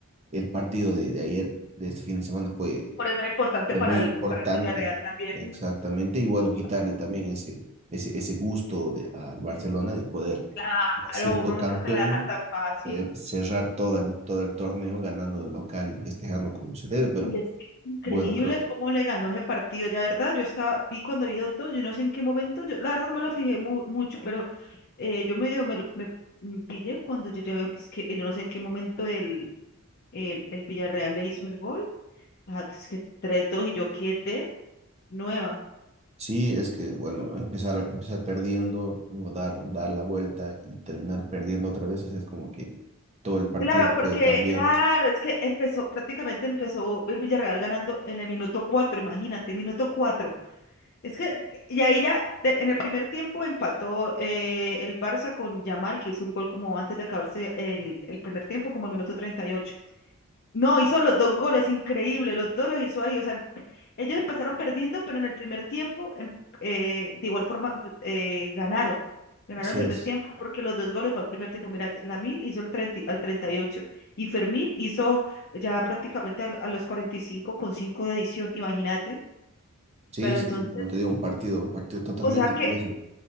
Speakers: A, on the right; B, on the left.
A: el partido de, de ayer, de este fin de semana, fue
B: Por eso era importante
A: Fue
B: para
A: muy
B: el,
A: importante,
B: para el Villarreal también.
A: exactamente. Y bueno, quitarle
B: Pues,
A: también ese, ese, ese gusto de, al Barcelona de poder,
B: Claro,
A: siendo
B: uno nunca
A: campeón,
B: se la deja tan fácil.
A: eh, cerrar toda, el- todo el torneo ganando de local y festejando como se debe. Pero
B: Y es que es increíble
A: bueno, creo que
B: cómo le ganó ese partido. Ya, verdad, yo estaba, vi cuando vi dos, dos, yo no sé en qué momento, yo la verdad no me lo fijé mu- mucho, pero eh, yo medio me, lo- me, mm, pillé cuando yo ya veo que es que eh, yo no sé en qué momento el, el, el Villarreal le hizo el gol. Ajá, que es que tres dos y yo quedé nueva.
A: sí, es que bueno, empezar, empezar perdiendo, luego dar, dar la vuelta y terminar perdiendo otra vez, o sea, es como que todo el partido
B: Claro, porque,
A: fue cambiante.
B: claro, es que empezó, prácticamente empezó el Villarreal ganando en el minuto cuatro, imagínate, minuto cuatro. Es que, y ahí ya, de- en el primer tiempo empató eh, el Barça con Yamal, que hizo un gol como antes de acabarse el, el primer tiempo, como el minuto 38. No, hizo los dos goles, increíble, los dos los hizo ahí. O sea, emp- ellos empezaron perdiendo, pero en el primer tiempo, em- eh, de igual forma, eh, ganaron. Ganaron
A: Así
B: el primer
A: es.
B: tiempo porque los dos goles fue el primer tiempo. Mira, Lamil hizo el treinta y- al treinta y ocho y Fermín hizo ya prácticamente al- a, los 45 con 5 de adición, imagínate.
A: Sí,
B: Pero
A: sí,
B: entonces,
A: sí, como te digo, un partido, un partido totalmente.
B: o sea que
A: Y eso.